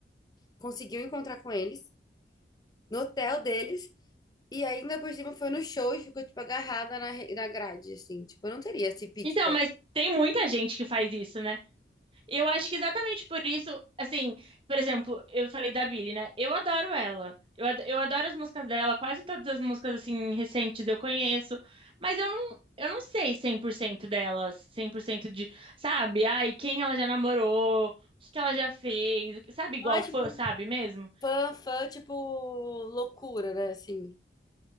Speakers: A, on the left; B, on the right.
A: conseguiu encontrar com eles, no hotel deles, e ainda por cima foi no show e ficou, tipo, agarrada na, re- na grade, assim. Tipo, eu não teria esse pique.
B: Então,
A: todo.
B: mas tem muita gente que faz isso, né? Eu acho que exatamente por isso, assim, por exemplo, eu falei da Billie, né? Eu adoro ela. Eu ad- eu adoro as músicas dela, quase todas as músicas, assim, recentes eu conheço. Mas eu não, eu não sei 100% delas, 100% de, sabe? Ai, quem ela já namorou, o que que ela já fez, sabe? Igual
A: Não é, tipo,
B: fã, sabe mesmo?
A: fã, fã, tipo, loucura, né, assim.